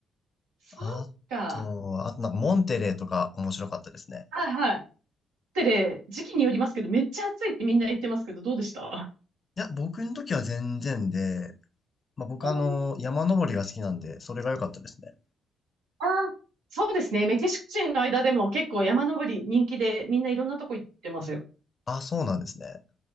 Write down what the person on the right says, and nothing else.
そうか。
はいはい。ってね、時期によりますけど、めっちゃ暑いってみんな言ってますけど、どうでした
おー
あ、そうですね。メキシコ人の間でも結構山登り人気で、みんないろんなとこ行ってますよ。